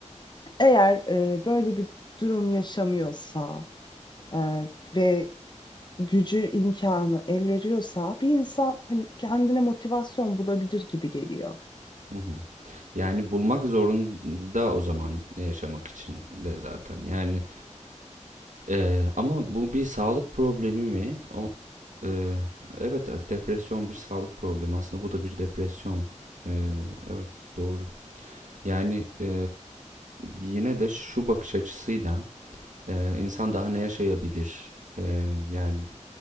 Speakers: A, on the left (about 35°); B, on the right (about 85°).
A: Eğer e, böyle bir durum yaşamıyorsa e, ve gücü imkanı el veriyorsa bir insan hani kendine motivasyon bulabilir gibi geliyor.
B: Hı hı. Yani bulmak zorunda o zaman yaşamak için de zaten. Yani e, ama bu bir sağlık problemi mi? O e, evet e, depresyon bir sağlık problemi. Aslında bu da bir depresyon. E, evet doğru. Yani e, yine de şu bakış açısıyla e, insan daha ne yaşayabilir? E, yani